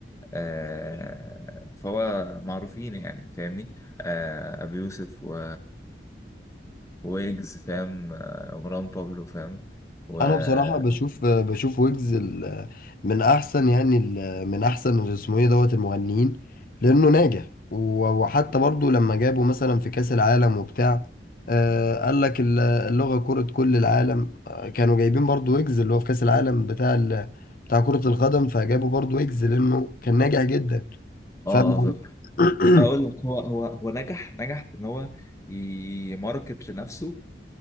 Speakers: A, on the left; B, on the left.
A: آه فهو معروفين يعني فاهمني آه ابي يوسف و ويجز فاهم آه، مروان بابلو فاهم و اه
B: انا بصراحه بشوف بشوف ويجز ال- من احسن يعني ال- من احسن اللي اسمه ايه دوت المغنيين لانه ناجح و- وحتى برضو لما جابوا مثلا في كاس العالم وبتاع آه قال لك ال- اللغه كره كل العالم آه، كانوا جايبين برضو ويجز اللي هو في كاس العالم بتاع ال- بتاع كره القدم فجابوا برضو ويجز لانه كان ناجح جدا فاهم
A: اه فاهم.
B: <clears throat>
A: هقول لك هو هو هو نجح نجح في ان هو يماركت لنفسه